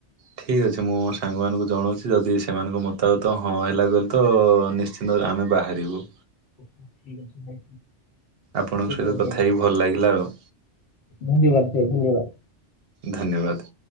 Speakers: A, on the right; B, on the left.
A: ଠିକ୍ ଅଛି। ମୁଁ ସାଙ୍ଗମାନଙ୍କୁ ଜଣଉଛି। ଯଦି ସେମାନଙ୍କ ମତାବତ ହଁ ହେଲା ବୋଲି ତ ନିଶ୍ଚିନ୍ତ। ତ ଆମେ ବାହାରିବୁ।
B: ଠିକ୍ ଅଛି ଭାଇ
A: ଆପଣଙ୍କ ସହିତ
B: ତେବେ।
A: କଥା ହେଇକି ଭଲ ଲାଗିଲା ଆଉ
B: ଧନ୍ୟବାଦ ଭାଇ ଧନ୍ୟବାଦ।
A: ଧନ୍ୟବାଦ।